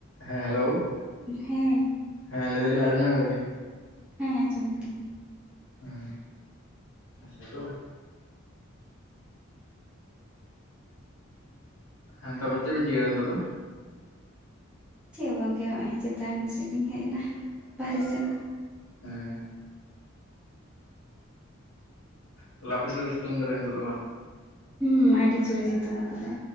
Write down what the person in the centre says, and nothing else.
ᱦᱮᱸ
ᱦᱮᱸ ᱟᱹᱡᱚᱢ ᱫᱟᱞᱤᱧ
ᱪᱮᱫ ᱵᱟᱝᱜᱮ ᱱᱚᱜᱼᱚᱭ ᱪᱮᱛᱟᱱ ᱥᱮᱫ ᱞᱤᱧ ᱦᱮᱡ ᱮᱱᱟ ᱵᱟᱦᱨᱮ ᱥᱮᱱ
ᱦᱩᱸ ᱟᱹᱰᱤ ᱡᱳᱨᱮ ᱥᱤᱛᱩᱝ ᱟᱠᱟᱭ